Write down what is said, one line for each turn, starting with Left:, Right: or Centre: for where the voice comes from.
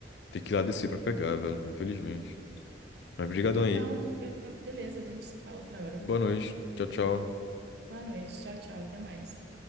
Left: Tem que ir lá descer pra pegar, velho, infelizmente. Mas brigadão aí.
Right: Não, porque beleza, a gente se fala outra hora.
Left: Boa noite. Tchau, tchau.
Right: Boa noite, tchau, tchau, até mais.